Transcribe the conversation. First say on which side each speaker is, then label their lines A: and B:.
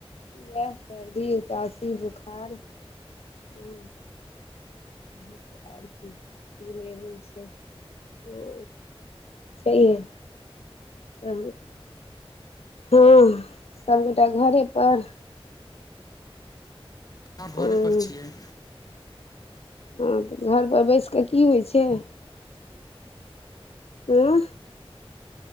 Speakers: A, on the left; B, on the left.
A: इएह सर्दी उकासी बोखार हँ <inaudible> आर कीलबल छै ह्म छैएहै तहन हँ सबगोटा घरे पर
B: आ घरे
A: हँ
B: पर छियै
A: हँ तऽ घर पर बैस कऽ की होइ छैय उँ